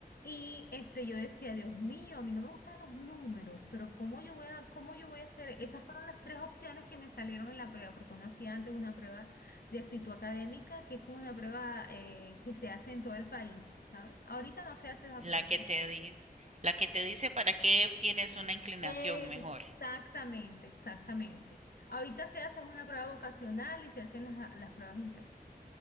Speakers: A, on the left; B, on the right.
A: Y este, yo decía, Dios mío, a mí no me gustan los números, pero ¿cómo yo voy a, cómo yo voy a hacer? Esas fueron las tres opciones que me salieron en la prueba, porque uno hacía antes una prueba de actitud académica, que es como una prueba eh, que se hace en todo el país, ¿sabes? Ahorita no se hace esa
B: La
A: prueba.
B: que te dice, la que te dice para qué tienes una inclinación
A: Exactamente,
B: mejor.
A: exactamente. Ahorita se hace una prueba vocacional y se hacen las, las pruebas internas.